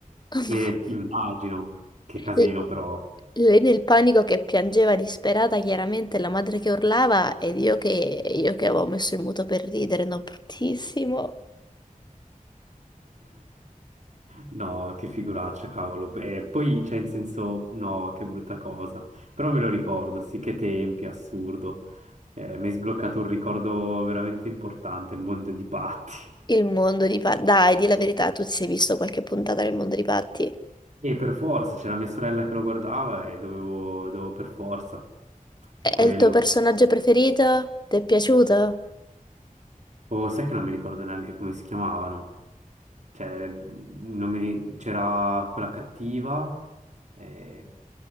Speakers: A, on the left; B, on the right.
A: <laughs>
B: eh, immagino, che casino
A: L-
B: però.
A: Lei nel panico che piangeva disperata, chiaramente la madre che urlava ed io che, io che avevo messo il muto per ridere, no, bruttissimo.
B: No, che figuraccia, cavolo. E poi, cioè, in senso, no, che brutta cosa. Però me lo ricordo, sì, che tempi, assurdo. Eh, mi hai sbloccato un ricordo veramente importante, il mondo di Patti.
A: Il mondo di Patti. Dai, di la verità, tu ti sei visto qualche puntata del mondo di Patti?
B: E per forza, c'era mia sorella che lo guardava e dovevo, dovevo per forza.
A: È
B: È
A: è
B: quello.
A: il tuo personaggio preferito? Ti è piaciuto?
B: O sai che non mi ricordo neanche come si chiamavano. Cioè, non mi ri- c'era quella cattiva, eh,